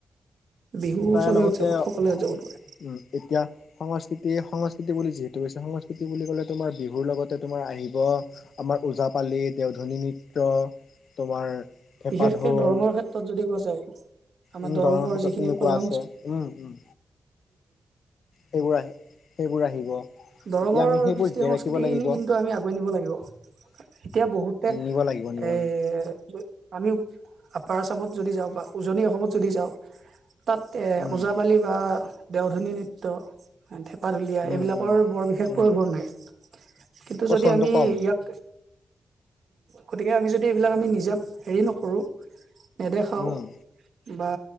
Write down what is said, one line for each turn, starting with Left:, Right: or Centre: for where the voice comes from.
Right: বিহু
Left: তাৰ
Right: চবে
Left: লগতে
Right: উদযাব
Left: উ
Right: সকলোৱে উদযাপন কৰে
Left: এতিয়া সংস্কৃতি, সংস্কৃতি বুলি যিহেতু কৈছে সংস্কৃতি বুলি ক'লে তোমাৰ বিহুৰ লগতে তোমাৰ আহিব। আমাৰ ওজাপালি দেওধনী নৃত্য তোমাৰ ঢেপা
Right: বিশেষকে
Left: ঢোল
Right: দৰঙৰ ক্ষেত্ৰত যদি কোৱা যায় আমাৰ
Left: উম
Right: দৰঙৰ
Left: ক্ষেত্ৰত
Right: যিখিনি
Left: তেনেকুৱা
Right: কলা সং
Left: আছে উম, সেইবোৰ আহ সেইবোৰ আহিব।
Right: ধৰ্ম
Left: এতিয়া আমি সেইবোৰ
Right: কৃষ্টি
Left: জীয়াই
Right: সংস্কৃতি
Left: ৰাখিব লাগিব
Right: খিনি কিন্তু আমি আগুৱাই নিব লাগিব এতিয়া বহুতে
Left: নিব লাগিব নিব
Right: এ'।
Left: লাগিব
Right: আমি আপাৰ আছামত যদি যাওঁ বা উজনি অসমত যদি যাওঁ তাত এ
Left: উম
Right: ওজাপালি বা দেওধনী নৃত্য <unintelligible>
Left: উম উম
Right: বৰ বিশেষ
Left: উম
Right: প্ৰয়োভন নাই কিন্তু
Left: প্ৰচলনটো
Right: যদি আমি
Left: কম
Right: ইয়াক গতিকে আমি যদি এইবিলাক আমি নিজে হেৰি নকৰোঁ নেদেখাওঁ
Left: উম
Right: বা